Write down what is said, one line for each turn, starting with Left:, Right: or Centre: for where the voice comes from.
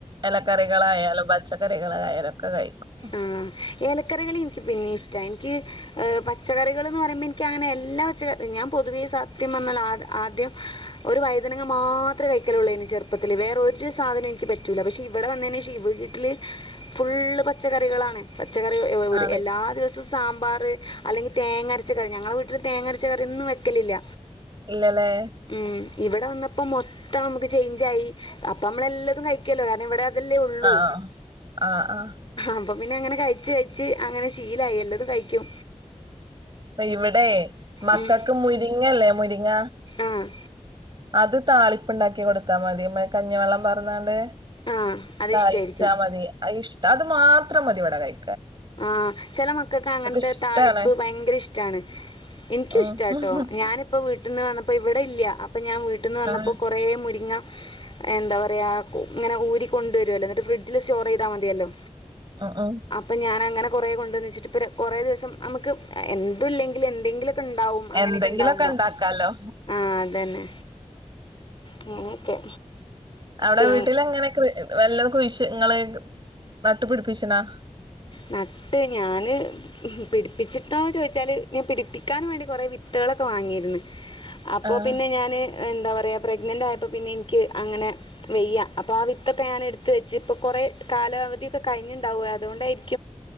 Right: ഇലക്കറികളായാലും പച്ചക്കറികളയലൊക്കെ കഴിക്കും
Left: ആഹ് ഏലക്കറികളി എനിക്ക് പിന്നെ ഇഷ്ടമാണ് എനിക്ക് പച്ചക്കറികൾ എന്ന് പറയുമ്പോൾ എനിക്ക് അങ്ങനെ എല്ലാ പച്ചക്കറി ഞാൻ പൊതുവേ സത്യം പഞ്ഞാൽ ആഹ് ആദ്യം ഒരു വൈദനങ്ങ മാത്രമേ വയ്ക്കലുള്ളൂ ഇന് ചെറുപ്പത്തില് വേറെ ഒരു സാധന എനി പറ്റൂല്ല പക്ഷെ ഇവിടെ വന്നതിം വീട്ടില് ഫുള്ള് പച്ചക്കറികളാണ് പച്ചക്കറ ഒരു
Right: ആണ്
Left: എല്ലാ ദിവസവും സാമ്പാർ അല്ലെങ്കിൽ തേങ്ങരച്ച കറി ഞങ്ങളുടെ വീട്ടിൽ തേങ്ങരച്ച കറിന്നും വെക്കലില്ല
Right: ഇല്ലല്ലേ
Left: ഉം ഇവിടെ വന്നപ്പോ മൊത്തം നമുക്ക് ചേഞ്ച്‌ അയക്കണേ അപ്പ നമ്മള എല്ലാതും കഴിക്കല്ലോ കാരണം ഇവിടെ അതല്ലേ ഉള്ളൂ
Right: ആഹ് ആഹ് ആഹ്
Left: അപ്പൊ പിന്നെ അങ്ങനെ കഴിച്ച് കഴിച്ച് ആഹ് അങ്ങനെ ശീലായി എല്ലാതും കഴിക്കും
Right: അഹ് ഇവിടെ മക്കൾക്ക്
Left: ഉം
Right: മുരിങ്ങല്ലേ മുരിങ്ങ
Left: ആഹ്
Right: അത് താളിപ്പ് ഉണ്ടാക്കി കൊടുത്താ മതി കഞ്ഞിവെള്ളം പറഞ്ഞണ്ട്
Left: ആഹ് അത്
Right: താഴിച്ചാൽ
Left: ഇഷ്ടായിരിക്കും
Right: മതി ഇഷ്ട അത് മാത്രം മതി വടകായി
Left: ആഹ് ചെല മക്കൾക്ക് അങ്ങനത്തെ
Right: ഇഷ്ടാണ്
Left: താളിപ്പ് ഭയങ്കര ഇഷ്ടമാണ് എനിക്കും
Right: ഉം
Left: ഇഷ്ടാട്ടോ ഞാനിപ്പോ വീട്ടിൽ നിന്ന് വന്നപ്പോ ഇവിടെ ഇല്ല അപ്പൊ ഞാൻ വീട്ടി നിന്ന് വന്നപ്പോ
Right: ആഹ്
Left: കുങ്ങ എന്താ പറയ ഇങ്ങനെ ഊരികൊണ്ട് വരുമല്ലോ എന്നിട്ട് ഫ്രിഡ്ജിൽ സ്റ്റോർ ചെയ്താ മതിയല്ലോ
Right: ആ ആ
Left: ഇപ്പം ഞാൻങ്ങനെ കുറേ കൊണ്ടുവന്ന് വച്ചിട്ട്പ്പം കുററെ ദിവസം നമുക്ക് എന്തും ഇല്ലങ്കില എന്തെങ്കിലും ണ്ടാവും അങ്ങനെയൊക്കെ
Right: എന്തെങ്കിലൊക്കെ
Left: ഉണ്ടാവുമ്പോ
Right: ഇണ്ടാക്കാലോ
Left: ആ അത തന്നെ അങ്ങനെയൊക്കെ
Right: അവിടെ
Left: പിന്നെ
Right: വീട്ടില എങ്ങനെ വല്ല കുഴശങ്ങള് നട്ടുപിടിപ്പിച്ചനാ
Left: ന ട്ട് ഞാൻ പിടിപ്പിച്ചിട്ടോെന്ന് ചോദിച്ചാൽ ഞാൻ പിടിപ്പിക്കാൻ വേണ്ടി കുറെേ വിത്തുകളൊക്കെ വാങ്ങിയിരുന്നു അപ്പൊ
Right: ആഹ്
Left: പിന്നെ ഞാാന് എന്താ പറയാ പ്രഗ്നന്റ് ആയപ്പോ പിന്നെ എനിക്ക് അങ്ങനെ വെയ്യ അപ്പം ആ വിത്തൊക്കെ ഞാൻ എടുത്ത് വെച്ച് ഇപ്പോൾ കുറെേ കാലാവധിയൊക്കെ കഴിഞ്ഞിുണ്ടാവുക അതുകൊണ്ടായിരിക്കും ഇ